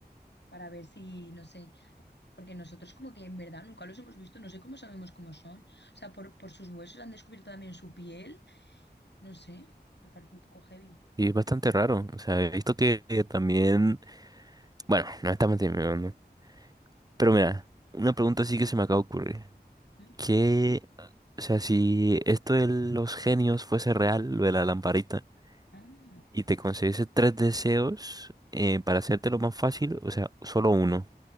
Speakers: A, on the left; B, on the right.
A: Para ver si, no sé, porque nosotros como que en verdad nunca los hemos visto, no sé cómo sabemos cómo son. O sea, por, por sus huesos han descubierto también su piel, no sé, me parece un poco heavy.
B: Y es bastante raro. O sea, he visto que eh, también. Bueno, no estamos terminando. Pero mira, una pregunta sí que se me acaba de ocurrir.
A: ¿Mm?
B: ¿Qué. O sea, si esto de los genios fuese real, lo de la lamparita,
A: Ah,
B: y te concediese tres deseos eh, para hacértelo más fácil, o sea, solo uno.